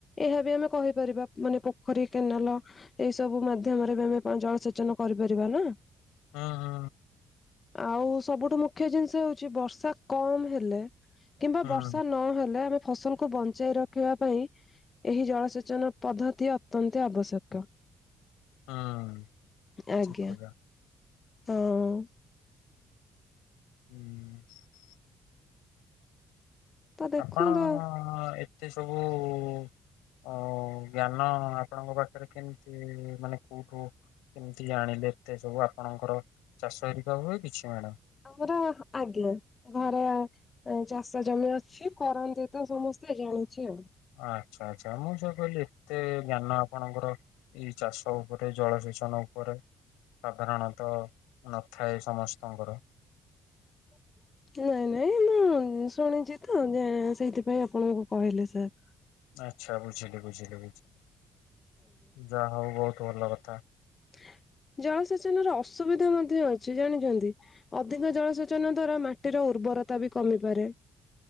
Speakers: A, on the left; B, on the left.
A: ଏହା ବି ଆମେ କହିପାରିବା ମାନେ ପୋଖରୀ କେନାଲ ଏଇ ସବୁ ମାଧ୍ୟମରେ ବି ଆମେ ଜଳ ସେଚନ କରିପାରିବା ନା।
B: ହୁଁ ହୁଁ
A: ଆଉ ସବୁ ମୁଖ୍ଯ ଜିନିଷ ହେଉଛି ବର୍ଷା କମ୍ ହେଲେ କିମ୍ବା
B: ହୁଁ
A: ବର୍ଷା ନହେଲେ ଆମେ ଫସଲକୁ ବଞ୍ଚାଇ ରଖିବା ପାଇଁ ଏହି ଜଳସେଚନ ପଦ୍ଧତି ଅତ୍ୟନ୍ତ ଆବଶ୍ୟକ।
B: ହୁଁ ହୁଁ।
A: ଆଜ୍ଞା।
B: ଠିକ କଥା
A: ହଁ।
B: ହୁଁ।
A: ତ ଦେଖନ୍ତୁ
B: ଆପଣ ଏତେ ସବୁ ଅ ଜ୍ଞାନ ଆପଣଙ୍କ ପାଖରେ କେମିତି ମାନେ କୋଉଠୁ କେମିତି ଜାଣିଲେ ଏତେ ସବୁ ଆପଣଙ୍କର ଚାଷ ହେରିକା ହୁଏ କିଛି ମଣ।
A: ଆମର ଆଜ୍ଞା ଘରେ ଚାଷ ଜମି ଅଛି କରନ୍ତି ତ ସମସ୍ତ ସେ ଜାଣିଛି ଆଉ।
B: ଆଚ୍ଛା ଆଚ୍ଛା ମୁଁ ଯୋଉ କହିଲି ଏତେ ଜ୍ଞାନ ଆପଣଙ୍କର ଏଇ ଚାଷ ଉପରେ ଜଳ ସେଚନ ଉପରେ ସାଧାରଣତ ନଥାଏ ସମସ୍ତଙ୍କର।
A: <inaudible> ନାଇଁ ନାଇଁ ମୁଁ ଶୁଣିଛି ତ ସେଇଥିପାଇଁ ଆପଣଙ୍କୁ କହିଲି ସାର୍।
B: ଆଚ୍ଛା ବୁଝିଲି ବୁଝିଲି ବୁଝିଲି ଯାହା ହଉ ବହୁତ ଭଲ କଥା।
A: <inaudible> ଜଳସେଚନ ର ଅସୁବିଧା ମଧ୍ୟ ଅଛି ଜାଣିଛନ୍ତି ଅଧିକ ଜଳସେଚନ ଦ୍ଵାରା ମାଟିର ବରତା ବି କମି ପରେ